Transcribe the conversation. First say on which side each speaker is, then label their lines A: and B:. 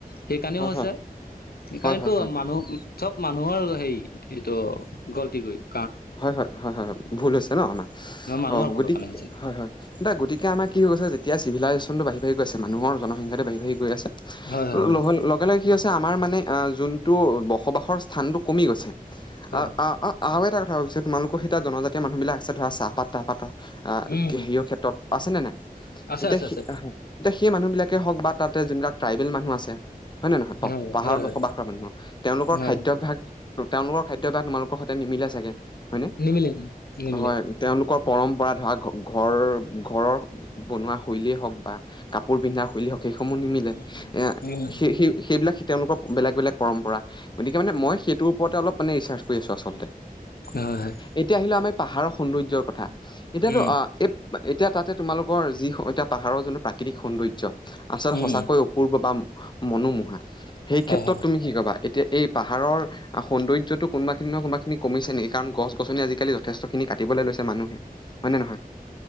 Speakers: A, on the left (about 85°); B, on the left (about 30°).
A: সেইকাৰণেও
B: হয়
A: হৈছে।
B: হয় হয়
A: সেইকাৰণেতো
B: হয় হয়
A: মানুহ চব মানুহৰ হেই এইটো গলটি। <unintelligible>
B: হয় - হয়, হয় - হয়, ভুল হৈছে ন' আমাৰ।
A: মানুহৰ
B: অ'
A: ভুলৰ
B: গতিকে-
A: কাৰণে হৈছে
B: হয় - হয়, দা গতিকে আমাৰ কি ছে যেতিয়া চিভিলাইজেশ্যনটো বাহি মানুহৰ জনসংখ্যাটো বাঢ়ি, বাঢ়ি গৈ আছে।
A: হয় হয় হয়
B: ল- লগে-লগে কি হৈছে। নাই মানে যোনটো বসবাসৰ স্থানটো কমি গৈছে
A: হয়
B: আ-আ অ' এটা কথা কৈছে। পিছত তোমালোকৰ সেইয়া জনজাতীয় মানুহবিলাক আছে ধৰা চাহপাত-তাহপাতৰ আ
A: উম
B: হেৰিয়ও ক্ষেত্ৰত। আছেনে নাই
A: আছে
B: এতিয়া
A: আছে
B: সে
A: আছে
B: এতিয়া সেই মানুহবিলাকেই হওঁক বা তাতে যোনবিলাক ট্ৰাইবেল মানুহ আছে। হয়ে নে নহয় কওক,
A: হয়
B: পাহাৰত
A: হয় হয়
B: বসবাস কৰা মানুহৰ তেওঁলোকৰ
A: হয়
B: খাদ্যাভ্যাস তেওঁলোকৰ খাদ্যাভ্যাস বা তোমালোকৰ সতে নিমিলে চাগে হয় নে
A: নিমিলে নিমিলে
B: হয় তেওঁলোক। ক পৰম্পৰা ধৰা ঘ-ঘৰ-ঘৰৰ বনোৱা শৈলীয়ে হওঁক বা কাপোৰ পিন্ধা শৈলী হওঁক। সেইসমূহ নিমিলে
A: উম
B: এ
A: হয়
B: সেই-সেই-সেইবিলাক তেওঁলোকৰ বেলেগ বেলেগ পৰম্পৰা। গতিকে মানে মই সেইটোৰ ওপৰতে অলপ মানে ৰিচাৰ্চ কৰি আছো আচলতে।
A: হয় হয় হয়
B: এতিয়া আহিলে আমাৰ পাহাৰৰ সৌন্দৰ্যৰ কথা এতিয়াতো
A: উম
B: অ' এ এতিয়া তাতে তোমালোকৰ যি এতিয়া পাহাৰৰ যোনটো। প্ৰাকৃতিক সৌন্দৰ্য আচল
A: উম
B: সঁচাকৈ অপূৰ্ব বা মনোমোহা সেই ক্ষেত্ৰত
A: হয় হয়
B: তুমি কি কবা? এতিয়া এই পাহাৰৰ সৌন্দৰ্যটো কোনবাখিনি নহয় কোনোবা খিনি কমিছে নেকি কাৰণ গছ-গছনি আজিকালি যথেষ্ট খিনি কাটিবলৈ লৈছে মানুহে হয় নে নহয়।